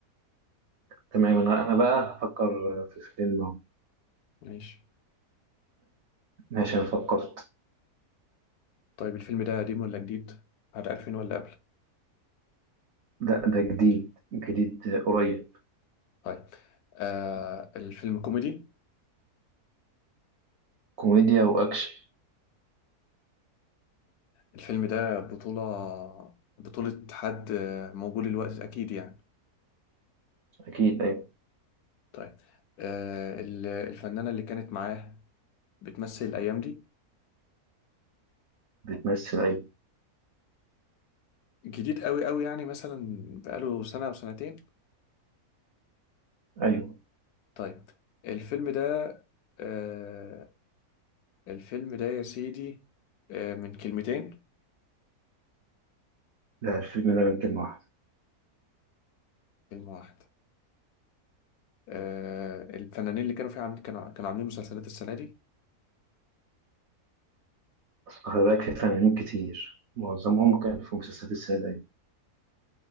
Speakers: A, on the right (about 60°); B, on the left (about 80°).
A: تمام أنا أنا بقى هفكر في فيلم أهو
B: ماشي
A: ماشي أنا فكرت
B: طيب الفيلم ده قديم ولا جديد؟ بعد 2000 ولا قبل؟
A: ده ده جديد جديد قريب
B: طيب آه الفيلم كوميدي
A: كوميديا وأكشن
B: الفيلم ده بطولة بطولة حد آه، موجود الوقت أكيد يعني
A: أكيد أيوه
B: طيب آه ال- الفنانة اللي كانت معاه بتمثل الأيام دي
A: بتمثل أيوه
B: جديد قوي قوي يعني مثلا بقاله سنة أو سنتين
A: أيوه
B: طيب الفيلم ده آه الفيلم ده يا سيدي آه من كلمتين
A: لا الفيلم ده من كلمة واحدة
B: كلمة واحدة آه، الفنانين اللي كانوا فيها عاملين كانوا كانوا عاملين مسلسلات السنة دي
A: بس خلي بالك في فنانين كتير معظمهم كان في مسلسلات السعودية